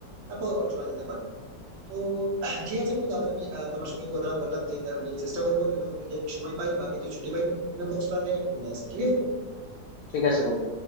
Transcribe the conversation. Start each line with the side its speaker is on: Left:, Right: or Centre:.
Right: তারপর চলে যেতে পারে তো ঠিক আছে বন্ধু তাহলে আমি আহ, তোমার সঙ্গে এই কথাটা বললাম যে আমি চেষ্টা করবো যদি যদি আমি সময় পাই বা আগে যদি ছুটি পাই আমি কক্সবাজার থেকে ট্যুর নিয়ে আসি ঠিক আছে বন্ধু?
Left: ঠিক আছে বন্ধু